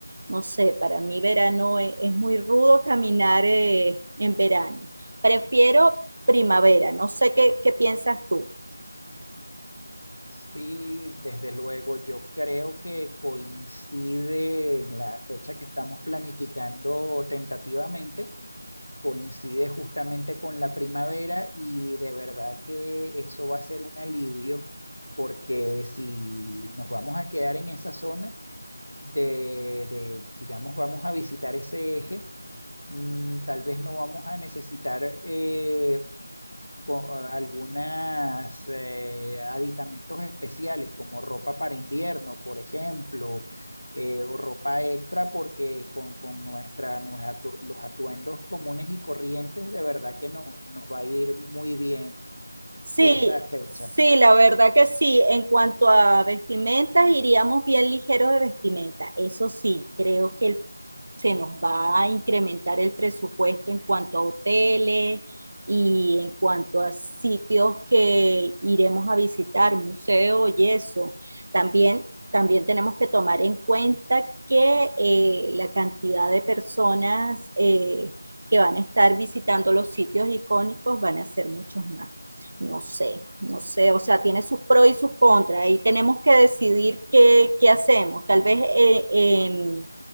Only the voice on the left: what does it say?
Sí, desde luego, yo creo que coincide en la fecha que estamos planificando tentativamente, coincide justamente con la primavera y de verdad que eso va a ser un alivio porque si nos vamos a quedar en esa zona de, de, digamos, vamos a visitar ese eje, mm, tal vez no vamos a necesitar eh, con algunas eh, aditamentos especiales como ropa para invierno, por ejemplo, eh, o ropa extra porque con, con nuestra, nos atu- los atuendos comunes y corrientes de verdad que no, nos va a ir muy bien
por esa fecha.